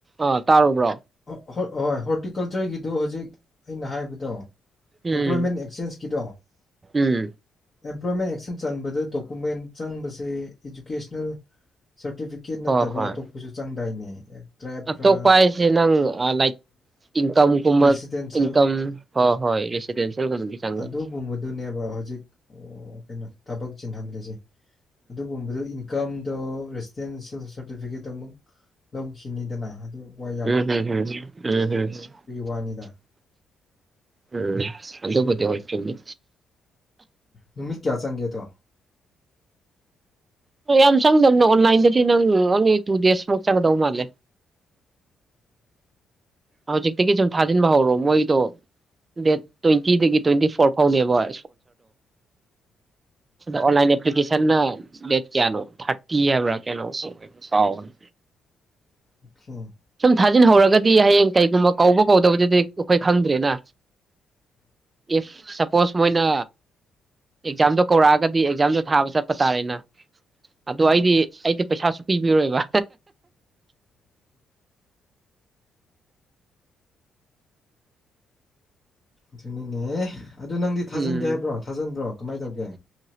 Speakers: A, on the right; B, on the left.
A: ꯑꯥ ꯇꯥꯔꯨꯕ꯭ꯔꯣ
B: ꯍ ꯍꯣꯏ ꯍꯣꯔꯇꯤꯀꯜꯆꯔꯒꯤ ꯑꯗꯨꯣ ꯍꯧꯖꯤꯛ ꯑꯩꯅ ꯍꯥꯏꯕꯗꯣ
A: ꯎꯝ
B: ꯑꯦꯝꯄ꯭ꯂꯣꯏꯃꯦꯟ ꯑꯦꯛꯆꯦꯟꯁꯀꯤꯗꯣ
A: ꯎꯝ
B: ꯑꯦꯝꯄ꯭ꯂꯣꯏꯃꯦꯟ ꯑꯦꯛꯆꯦꯟꯖ ꯆꯟꯕꯗ ꯗꯣꯀꯨꯃꯦꯟ ꯆꯪꯕꯁꯦ ꯏꯗꯨꯀꯦꯁꯅꯦꯜ ꯁꯔꯇꯤꯐꯤꯀꯦꯠ ꯅꯠꯇꯕ
A: ꯍꯣꯏ ꯍꯣꯏ
B: ꯑꯇꯣꯞꯄꯁꯨ ꯆꯪ ꯇꯥꯏꯅꯦ ꯇ꯭ꯔꯦꯄ꯭ꯔꯥ
A: ꯑꯇꯣꯞꯄ ꯍꯥꯏꯁꯦ ꯅꯪ ꯑ ꯂꯥꯏ ꯏꯟꯀꯝꯒꯨꯝꯕ
B: ꯔꯦꯁꯤꯗꯦꯟꯁꯦꯜ
A: ꯏꯟꯀꯝ ꯍꯣꯏ ꯔꯦꯁꯤꯗꯦꯟꯁꯦꯜ ꯒꯨꯝꯕꯗꯤ ꯆꯪꯉꯤ
B: ꯑꯗꯨꯒꯨꯝꯕꯗꯨꯅꯦꯕ
A: ꯫
B: ꯍꯧꯖꯤꯛ ꯑꯣ, ꯀꯩꯅꯣ ꯊꯕꯛ ꯆꯤꯟꯍꯜꯂꯤꯖꯦ ꯑꯗꯨꯒꯨꯝꯕꯗꯨ ꯏꯟꯀꯝꯗꯣ ꯔꯦꯁꯤꯗꯦꯟꯁꯤꯌꯦꯜ ꯁꯥꯔꯇꯤꯐꯤꯀꯦꯠ ꯑꯃꯛ ꯂꯧꯈꯤ ꯅꯤꯗ ꯑꯗꯨ ꯃꯣꯏ
A: ꯎꯝ ꯎꯝ ꯎꯝ ꯎꯝ ꯎꯝ꯫
B: ꯋꯥꯅꯤꯗ
A: ꯎꯝ꯫ ꯑꯗꯨꯕꯨꯗꯤ ꯍꯣꯏ ꯆꯨꯝꯃꯤ꯫
B: ꯅꯨꯃꯤꯠ ꯀꯌꯥ ꯆꯥꯡꯉꯦ ꯗꯣ?
A: ꯍ ꯌꯥꯝ ꯆꯪꯗꯝꯕꯅꯦ ꯑꯣꯟꯂꯥꯏꯟꯗꯗꯤ ꯅꯪ ꯇꯨ ꯗꯦꯁ ꯃ ꯆꯪꯒꯗ ꯎ ꯃꯥꯂꯦ꯫ ꯍꯧꯖꯤꯛꯇꯒꯤ ꯁꯨꯝ ꯊꯥꯖꯤꯟꯕ ꯍꯧꯔꯣ ꯃꯣꯏꯗꯣ ꯗꯦꯠ ꯇ꯭ꯋꯦꯟꯇꯤꯗꯒꯤ ꯇ꯭ꯋꯦꯟꯇꯤ ꯐꯣꯔ ꯐꯥꯎꯅꯦꯕ ꯫ <unintelligible> ꯑꯣꯟ ꯂꯥꯏꯅ ꯑꯁꯦꯞꯂꯣꯀꯦꯁꯟ ꯍꯦꯟꯅꯥ ꯗꯦꯠ ꯀꯌꯥꯒꯤ ꯊꯦꯔꯇꯤ ꯍꯥꯏꯕꯔꯥ ꯀꯌꯥꯅꯣ ꯀꯥꯎ ꯒ ꯔꯦ꯫
B: <inaudible>
A: ꯊꯥꯖꯤꯟꯍꯧꯔꯒꯗꯤ ꯍꯌꯦꯡ ꯀꯩꯒꯨꯝꯕ ꯀꯧꯕ ꯀꯧꯗꯕꯗꯨꯗꯤ ꯑꯩꯈꯣꯏ ꯈꯪꯗ꯭ꯔꯦꯅ ꯏꯐ ꯁꯄꯣꯁ ꯃꯣꯏꯅ ꯑꯦꯛꯖꯥꯝꯗꯣ ꯀꯧꯔꯛꯑꯒꯗꯤ ꯑꯦꯛꯖꯥꯝꯗꯣ ꯊꯥꯕ ꯆꯠꯄ ꯇꯥꯔꯦꯅ ꯑꯗꯣ ꯑꯩꯗꯤ ꯑꯩꯗꯤ ꯄꯩꯁꯥꯁꯨ ꯄꯤꯕꯤꯔꯣꯏꯕ
B: ꯑꯗꯨꯅꯤꯅꯦ ꯑꯗꯨ ꯅꯪꯗꯤ ꯊꯥꯖꯤꯟꯒꯦ
A: ꯎꯝ
B: ꯍꯥꯏꯕ꯭ꯔꯣ ꯊꯥꯖꯤꯟꯕ꯭ꯔꯣ ꯀꯃꯥꯏꯅ ꯇꯧꯒꯦ?